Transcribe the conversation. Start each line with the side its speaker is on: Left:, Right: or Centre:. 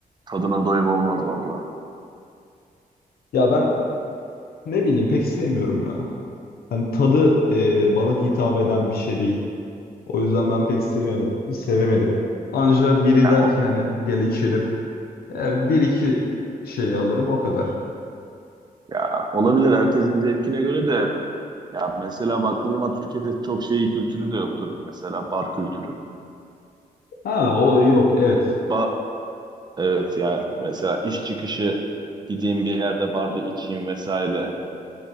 Right: Tadına doyum olmaz valla.
Left: Ya ben ne bileyim pek sevmiyorum ya. Hani tadı e, bana hitap eden bir şey değil. O yüzden ben pek sevemedim. Sevemedim. Anca biri
Right: Ya,
Left: der
Right: o-
Left: ki hani gel içelim. E, bir iki şey alırım o kadar.
Right: ya olabilir herkesin zevkine göre de ya mesela baktığın zaman Türkiye'de çok şey kültürü de yoktur. Mesela bar kültürü.
Left: Ha o yok evet.
Right: Ba evet ya mesela iş çıkışı gideyim bir yerde barda içeyim vesaire.